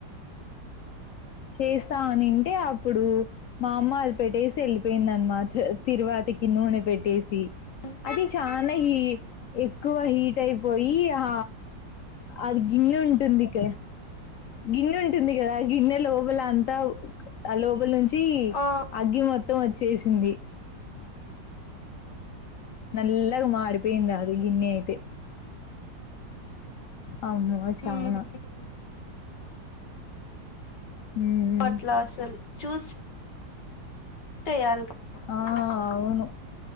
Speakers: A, on the left; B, on the left.
A: చేస్తామనింటే అప్పుడు. మా అమ్మ అది పెట్టేసి వెళ్ళిపోయిందనమాట తిరువాతికి నూనె పెట్టేసి.
B: మ్మ్
A: అది చానా ఈ ఎక్కువ హీట్ అయిపోయి ఆ అది గిన్నె ఉంటుంది ఇక గిన్నె ఉంటుంది కదా గిన్నె లోపల అంతా ఆ లోపల నుంచి
B: ఆ
A: అగ్గి మొత్తం వచ్చేసింది నల్లగా మాడిపోయింది అది గిన్నె అయితే అమ్మో ఆ చానా
B: మ్మ్ మ్మ్
A: ఉమ్
B: అట్లా అసలు చూస్ ట్టే అల్
A: ఆ అవును